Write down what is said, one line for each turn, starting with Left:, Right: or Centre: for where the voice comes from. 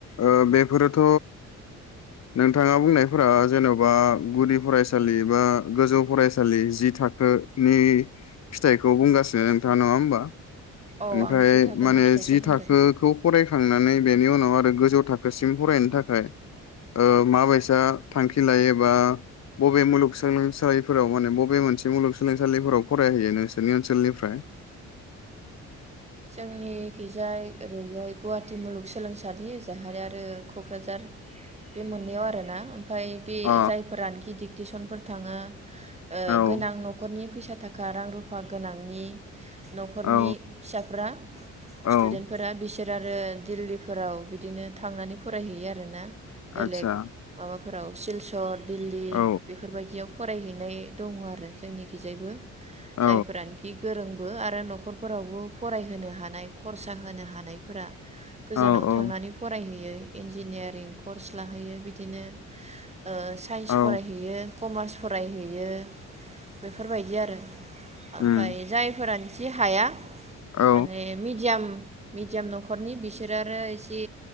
Left: ओ बेफोरोथ' नोंथाङा बुंनायफोरा जेन'बा गुदि फरायसालि बा गोजौ फरायसालि जि थाखोनि फिथाइखौ बुंगासिनो नोंथाङा नङा होमबा? ओमफ्राय
Right: औ आं जि थाखोनि
Left: माने
Right: फिथाइखौ
Left: जि
Right: बुंदों
Left: थाखोखौ फरायखांनानै बेनि उनाव आरो गोजौ थाखोसिम फरायनो थाखाय ओ माबायसा थांखि लायोबा बबे मुलुगसोलोंसालिफोराव माने बबे मोनसे मुलुगसोलोंसालिफोराव फरायहैयो नोंसोरनि ओनसोलनिफ्राय
Right: जोंनि खिजाय ओरैजाय गुवाहाटि मुलुगसोलोंसालि जाहाय आरो क'क्राझार बे मोननैयाव आरोना। ओमफाय बे
Left: अ
Right: जायफोरानखि दि टिसनफोर थाङो। ओ
Left: औ
Right: गोनां न'खरनि फैस सा थाखा रां रुफा गोनांनि न'खरनि
Left: औ
Right: फ्रा
Left: औ
Right: स्टुदेन्टफोरा बिसो आरो दिल्लीफोराव बिदिनो थांनानै फरायहैयो आरोना। बेलेग
Left: आतसा
Right: माबा फोराव सिलसर दिल्ली
Left: औ
Right: बेफोरबायदियाव फरायहैनाय दङ आरो जोंनिखिजायबो
Left: औ
Right: जायफोरानोखि गोरोंबो आरो न'खरफोरावब फरायहोनो हानाय खरसा होनो हानायफोरा गोजानाव
Left: औ औ
Right: थांनानै फरायहैयो इन्जिनियारिं कर्स लाहैयो बिदिनो ओ साइन्स
Left: औ
Right: फरायहैयो। कमार्स फरायहैयो बेफोरबायदि आरो ओमफाय
Left: उम
Right: जायफोरा सि हाया
Left: औ
Right: माने मिडियाम मिडियाम न'खरनि बिसोर आरो ओ एसे